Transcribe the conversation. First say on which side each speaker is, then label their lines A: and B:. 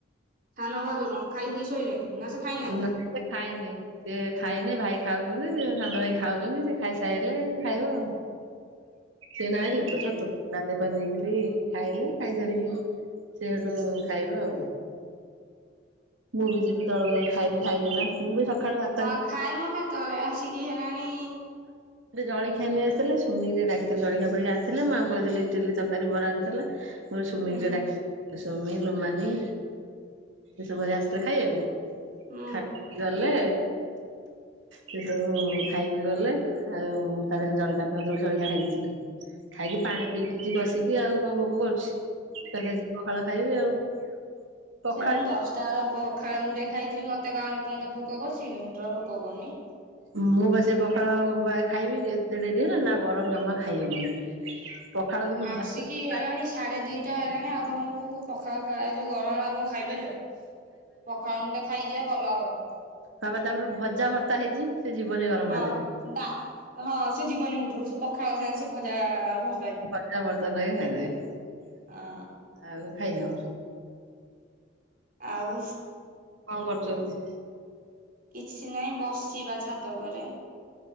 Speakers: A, on the right; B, on the right.
A: ସାନ ଭାଉଜ କଁ ଖାଇକି ଶୋଇଲେଣି ନା ସେ ଖାଇନାହାନ୍ତି?
B: <unintelligible> ଖାଇନେଇ। ସେ ଖାଇନେଇ ଭାଇ ଖାଉଛନ୍ତି, ସେ ସାନ ଭାଇ ଖାଉଛନ୍ତି ସେ ଖାଇ ସାଇଲେ ଖାଇବ।
A: <unintelligible>
B: ସିଏ ଏନା ଆଇଲେ
A: ଉଁ
B: ତ
A: ହୁଁ
B: ଶାଶୁ ଗାଦେଇ ପାଦେଇକିରି ଖାଇଲେ, ଖାଇସାରିକି ସେ ହେଟୁ ଖାଇବେ ଆଉ ମୁଁ ବି ଯିବି ତଳକୁ ଯାଇ ଖାଇବି ଖାଇନି ବା ମୁଁ ବି ସକାଳୁ ଭା
A: କଁ ଖାଇବ କେତେବେଳେ ଆସିକି ହେଲାଣି
B: ସେ ଜଳଖିଆ ନେଇ ଆସିଥିଲେ ସୁମି କି ଟିକେ ଡାକିଥିଲି ଜଳଖିଆ ଫଳିକିଆ ଆଣିଥିଲେ ମୁଁ ଆଙ୍କୁ କହିଥିଲି ଇଟିଲି ତକାରୀ ବରା ଆଣିଥିଲେ। ମୁଁ ସୁମିକି
A: ହୁଁ
B: ଡାକି ସୁମି ଲୋମାନି ଏସବୁ ଏଗା ଆସଥିଲେ ଖାଇବାକୁ।
A: ହୁଁ।
B: ଖାଇକି ଗଲେ ସେ ସବୁ ଖାଇକିରି ଗଲେ। ଆଉ ତା ଦେହରେ ଜଳିଖା ଖାଉଥିଲୁ, ଜଳଖିଆ ଖାଇ ଦେଇଥିଲି। ଖାଇକି ପାଣି ପିଇ ଦେଇଛି କଷିକି ଆଉ କଣ ଭୋକ କରୁଛି, ଏକାଥରେ ପଖାଳ ଖାଇବି ଆଉ। ପଖାଳ
A: ସେଇ ପା ମୁଁ ଦଶଟା ବେଳେ ପଖାଳ ମୁଟେ ଖାଇଥିଲି ମତେ କାଁ ଏ ପର୍ଯ୍ୟନ୍ତ ଭୋଗ କରୁଛିିକି ମୁଁଟା ଭୋଗ କରୁନି।
B: ମୁଁ ବା ସେ ପଖାଳ ବ ଖାଇବି ଏତେ ଡେରି ହେଲାଣି ନା ଗରମ ଜମା ଖାଇହବନି। ପଖାଳକୁ ବି
A: ଆ
B: ଭଜା
A: ଶିକ କି ହେଲାଣି ସାଢେ ଦିଟା ହେଲାଣି ଆଉ କଣ ତମକୁ ପଖା ଖା ଏ ଯୋଉ ଗରମ ଆଉ କଁ ଖାଇପାରିବ। ପଖାଳ ମୁଟେ ଖାଇଯିବ ଭଲ ହବ।
B: ତାପ ତାପରେ ଭଜା ଭର୍ତ୍ତା ହେଇଛି ସେ ଜୀବନୀ ଗରମ
A: ହଁ
B: ଭାତ ରେ।
A: ଡା ହଁ ସେ ଜୀବନି ମୁଡରୁ ସେ ପଖାଳ ସାଙ୍ଗରେ ସେ ଭଜା ଭର
B: ଭର୍ଚା ବରଯା ନଗେଇ ଖାଇଦେବି
A: ହଁ।
B: ଆଉ ଖାଇହବ।
A: ଆଉ।
B: କଁ କରୁଚନ୍ତି?
A: କିଛି ନାଇଁ ବସଚି ବା ଛାତ ଉପରେ।